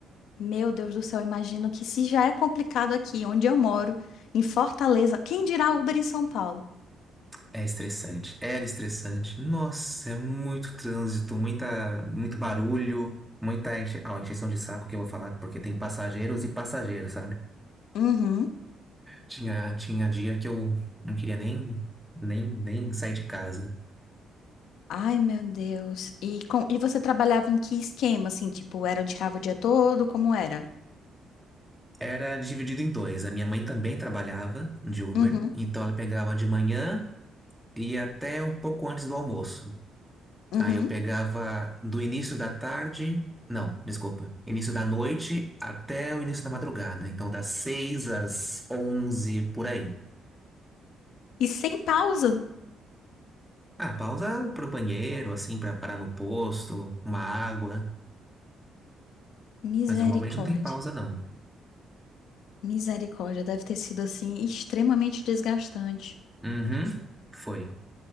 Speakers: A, on the left; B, in the centre.
A: Meu Deus do céu, eu imagino que se já é complicado aqui, onde eu moro, em Fortaleza, quem dirá Uber em São Paulo?
B: É estressante. Era estressante. Nossa, é muito trânsito, muita, muito barulho, muita enche... ah, encheção de saco que eu vou falar, porque tem passageiros e passageiros, sabe?
A: Uhum.
B: Tinha, tinha dia que eu não queria nem, nem, nem sair de casa.
A: Ai, meu Deus. E, com... e você trabalhava em que esquema, assim? Tipo, era o tirava o dia todo? Como era?
B: Era dividido em dois. A minha mãe também trabalhava de Uber,
A: Uhum,
B: então ela pegava de manhã e ia até um pouco antes do almoço.
A: uhum.
B: Aí eu pegava do início da tarde, não, desculpa, início da noite até o início da madrugada. Então, das 6 às 11 por aí.
A: E sem pausa?
B: Ah, pausa pro banheiro, assim, pra parar no posto, uma água.
A: Misericórdia.
B: Mas normalmente não tem pausa, não.
A: Misericórdia, deve ter sido assim extremamente desgastante.
B: Uhum, foi.